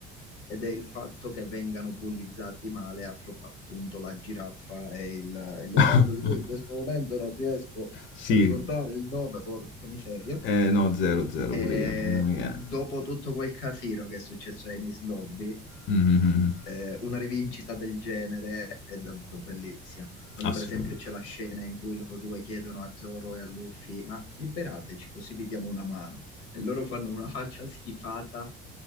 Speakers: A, on the left; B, on the left.
A: ed è il fatto che vengano bullizzati male a pro- appunto la giraffa e il, e il leopardo,
B: <laughs>
A: di cui in questo momento non riesco
B: sì,
A: a ricordare il nome, porca miseria.
B: eh, no, 0, 0
A: E
B: pure io, non mi viene.
A: dopo tutto quel casino che è successo a Enis Lobby,
B: Mhm, mhm, mhm,
A: eh, una rivincita del genere è davvero bellissima. Quando
B: Assolutamente.
A: per esempio c'è la scena in cui loro due chiedono a Zoro e a Luffy, ma liberateci così vi diamo una mano. E loro fanno una faccia schifata,